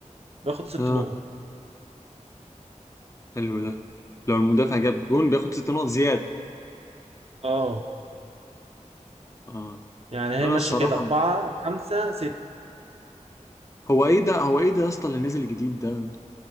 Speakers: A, on the right; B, on the left.
A: بياخد ست
B: اه
A: نقط
B: حلو ده لو المدافع جاب جون بياخد ست نقط زيادة
A: اه
B: اه
A: يعني هي
B: انا
A: ماشيه
B: الصراحة
A: كده اربعه خمسه ست
B: هو ايه ده هو ايه ده يا اسطى اللي نزل جديد ده